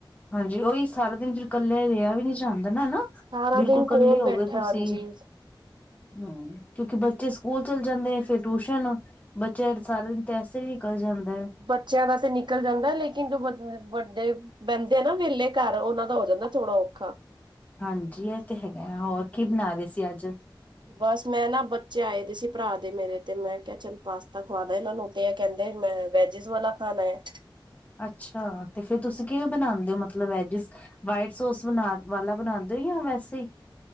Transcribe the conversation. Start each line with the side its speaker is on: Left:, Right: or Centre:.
Left: ਹਾਂਜੀ ਉਹੀ ਵੀ ਸਾਰਾ ਦਿਨ ਫਿਰ ਕੱਲੇ ਰਿਹਾ ਵੀ ਨਹੀਂ ਜਾਂਦਾ ਨਾ ਹੈਨਾ।
Right: ਸਾਰਾ
Left: ਬਿਲਕੁਲ
Right: ਦਿਨ
Left: ਇਕੱਲੇ
Right: ਕੌਣ
Left: ਹੋ
Right: ਬੈਠਿਆ
Left: ਗਏ ਤੁਸੀਂ,
Right: ਹਾਂਜੀ
Left: ਹੂ ਕਿਉਂਕਿ ਬੱਚੇ ਸਕੂਲ ਚੱਲ ਜਾਂਦੇ ਨੇ ਫੇਰ ਟਿਊਸ਼ਨ ਬੱਚਾ ਸਾਰਾ ਦਿਨ ਤਾਂ ਐਸੇ ਹੀ ਨਿਕਲ ਜਾਂਦਾ ਹੈ।
Right: ਬੱਚਿਆਂ ਦਾ ਤੇ ਨਿਕਲ ਜਾਂਦਾ ਲੇਕਿਨ ਜੋ ਵੱਡੇ ਬਹਿੰਦੇ ਆ ਨਾ ਵਿਹਲੇ ਘਰ ਉਹਨਾ ਦਾ ਹੋ ਜਾਂਦਾ ਥੋੜਾ ਔਖਾ
Left: ਹਾਂਜੀ ਇਹ ਤੇ ਹੈਗਾ, ਹੋਰ ਕੀ ਬਣਾ ਰਹੇ ਸੀ ਅੱਜ
Right: ਬਸ ਮੈਂ ਨਾ, ਬੱਚੇ ਆਏ ਦੇ ਸੀ ਭਰਾ ਦੇ ਮੇਰੇ ਤੇ ਮੈਂ ਕਿਹਾ ਚਲ ਪਾਸਤਾ ਖੁਵਾਦਾ ਇਹਨਾਂ ਨੂੰ ਤੇ ਏ ਕਹਿੰਦੇ ਵੈਜਿਸ ਵਾਲਾ ਖਾਣਾ ਹੈ।
Left: ਅੱਛਾ ਤੇ ਫੇਰ ਤੁਸੀਂ ਕਿਵੇਂ ਬਣਾਉਂਦੇ ਹੋ ਮਤਲਬ ਵੈਜੀਸ ਵਾਈਟ ਸੋਸ ਵਾਲਾ ਬਣਾਂਦੇ ਹੋ ਜਾਂ ਵੈਸੇ ਹੀ